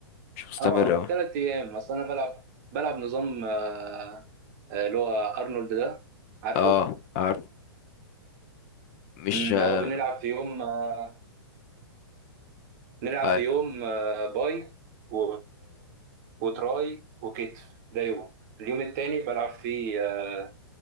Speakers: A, on the left; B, on the right.
A: مش مستمر
B: اه
A: أوي.
B: ثلاث ايام اصل انا بلعب بلعب نظام آه، آه، اللي هو ارنولد ده عارفه؟
A: اه عارف مش
B: امم
A: آه،
B: هو بنلعب في يوم آه، نلعب
A: اي
B: في يوم آه، باي و... وتراي وكتف ده يوم اليوم التاني بلعب فيه آه،